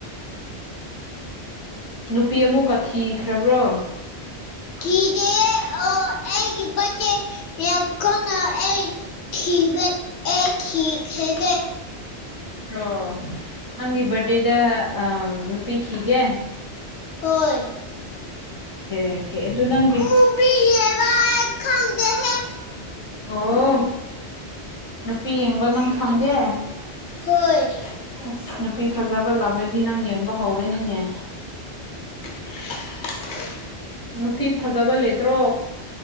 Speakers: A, on the left; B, on the left.
A: ꯭ꯔ
B: ꯅꯨꯄꯤ ꯑꯃꯨꯛꯀ ꯊꯤꯈ꯭ꯔꯕ꯭ꯔꯣ
A: ꯀꯗ ꯑꯣ ꯑꯩꯒꯤꯕꯠꯇꯦ ꯌꯥꯈꯣ ꯑꯩ ꯊꯕ ꯑꯦ ꯍꯒ
B: ꯑꯣ ꯅꯪꯒꯤ ꯔꯗꯦꯗ ꯑ ꯅꯨꯄꯤꯤ ꯈꯤꯒ
A: ꯑꯣꯏꯣꯏ
B: ꯑꯣꯀꯦ ꯑꯗꯨ ꯅꯪꯒꯤ
A: ꯃꯨꯚꯤ ꯌꯦꯡꯕ ꯑꯩ ꯈꯪꯗꯦꯍꯦ
B: ꯑꯣ ꯅꯨꯄꯤ ꯌꯦꯡꯕ ꯅꯪ ꯈꯪꯗꯦ
A: ꯍꯣꯏ
B: ꯑꯁ ꯅꯨꯄꯤ ꯐꯖꯕ ꯂꯥꯛ꯭ꯔꯗꯤ ꯅꯪ ꯌꯦꯡꯕ ꯍꯧꯔꯅꯤꯅꯦ
A: <unintelligible>
B: ꯅꯨꯄꯤ ꯐꯖꯕ ꯂꯩꯇ꯭ꯔꯣ